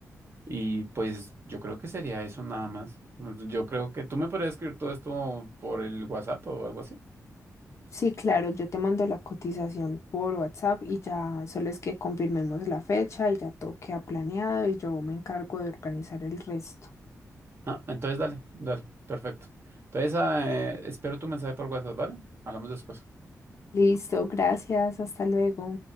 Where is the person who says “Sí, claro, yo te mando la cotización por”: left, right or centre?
Left